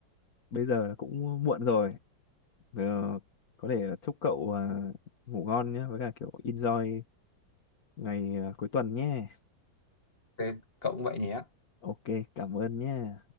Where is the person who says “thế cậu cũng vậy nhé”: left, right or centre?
Left